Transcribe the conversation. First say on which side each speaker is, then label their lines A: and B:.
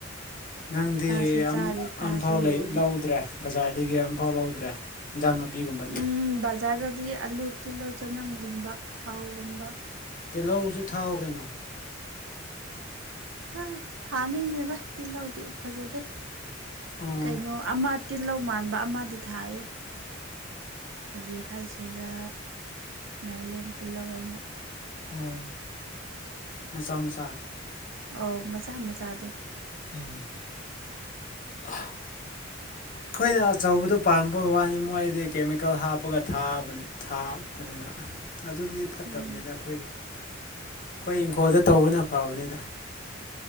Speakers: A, on the left; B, on the right.
A: ꯅꯪꯗꯤ
B: ꯈꯔꯁꯨ
A: ꯑꯝ
B: ꯆꯥꯔꯦ ꯈꯔꯁꯨ
A: ꯑꯝꯐꯥꯎ ꯂꯩ
B: ꯌꯣꯜꯂꯦ
A: ꯂꯧꯗ꯭ꯔꯦ ꯕꯖꯥꯔꯗꯒꯤ ꯑꯃꯨꯛꯐꯥꯎ ꯂꯧꯗ꯭ꯔꯦ ꯏꯟꯖꯥꯡ ꯅꯥꯄꯤꯒꯨꯝꯕꯗꯤ
B: ꯎꯝ ꯕꯖꯥꯔꯗꯗꯤ ꯑꯂꯨ ꯇꯤꯜꯍꯧ ꯆꯅꯝꯒꯨꯝꯕ ꯊꯥꯎꯒꯨꯝꯕ
A: ꯇꯤꯜꯍꯧꯁꯨ ꯊꯥꯎ ꯀꯩꯅꯣ
B: ꯑꯥ ꯊꯥꯅꯤꯡꯗꯦꯗ ꯇꯤꯜꯍꯧꯗꯤ ꯐꯖꯗꯦ
A: ꯑꯣ
B: ꯀꯩꯅꯣ ꯑꯃ ꯇꯤꯜꯍꯧ ꯃꯥꯟꯕ ꯑꯃꯗꯤ ꯊꯥꯏꯌꯦ ꯀꯔꯤ ꯍꯥꯏꯁꯦꯔꯥ ꯅꯥꯒꯥꯂꯦꯟ ꯇꯤꯜꯍꯧ ꯍꯥꯏꯅ
A: ꯑꯣ ꯃꯆꯥ ꯃꯆꯥ
B: ꯑꯧ ꯃꯆꯥ ꯃꯆꯥꯗꯣ
A: ꯎꯝ ꯑꯍ ꯑꯩꯈꯣꯏꯅ ꯑꯆꯧꯕꯗꯨ ꯄꯥꯝꯕ ꯋꯥꯅꯤ ꯃꯣꯏꯗꯤ ꯀꯦꯃꯤꯀꯦꯜ ꯍꯥꯞꯄꯒ ꯊꯥꯕꯅꯤ ꯊꯥ ꯀꯨꯟꯅ ꯑꯗꯨꯗꯤ ꯐꯠꯇꯕꯅꯤꯗ
B: ꯎꯝ
A: ꯑꯩꯈꯣꯏꯒꯤ ꯑꯩꯈꯣꯏ ꯏꯪꯈꯣꯜꯗ ꯇꯧꯕꯅ ꯐꯕꯅꯤꯗ